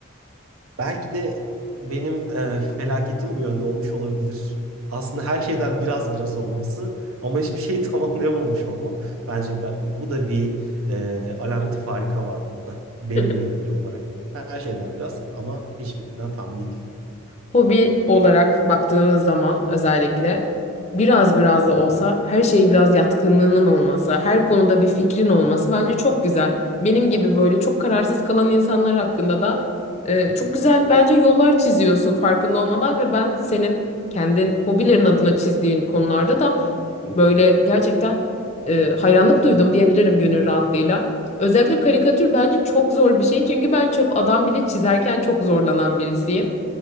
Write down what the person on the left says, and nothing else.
<laughs>
hobi olarak baktığımız zaman özellikle biraz biraz da olsa her şeye biraz yatkınlığının olması, her konuda bir fikrin olması bence çok güzel. Benim gibi böyle çok kararsız kalan insanlar hakkında da e, çok güzel bence yollar çiziyorsun farkında olmadan ve ben senin kendin hobilerin adına çizdiğin konularda da böyle gerçekten e, hayranlık duydum diyebilirim gönül rahatlığıyla. Özellikle karikatür bence çok zor bir şey çünkü ben çöp adam bile çizerken çok zorlanan birisiyim.